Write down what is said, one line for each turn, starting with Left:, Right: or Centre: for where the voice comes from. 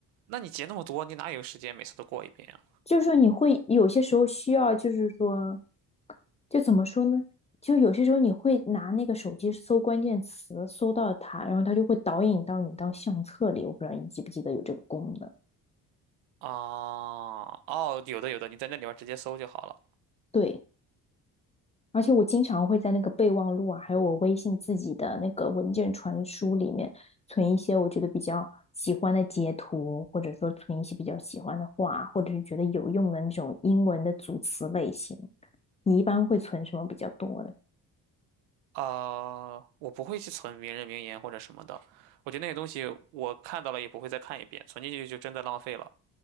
Right: 那你截那么多，你哪有时间每次都过一遍
Left: 就是说你会有些时候需要，就是说，就怎么说呢？就有些时候你会拿那个手机搜关键词，搜到它，然后它就会导引到你到相册里。我不知道你记不记得有这个功能。
Right: 啊？啊，哦，有的有的，你在那里边儿直接搜就好了。
Left: 对，而且我经常会在那个备忘录啊，还有我微信自己的那个文件传输里面存一些我觉得比较喜欢的截图，或者说存一些比较喜欢的话，或者是觉得有用的那种英文的组词类型。你一般会存什么比较多的？
Right: 啊，我不会去存名人名言或者什么的，我觉得那些东西我看到了也不会再看一遍，存进去就真的浪费了。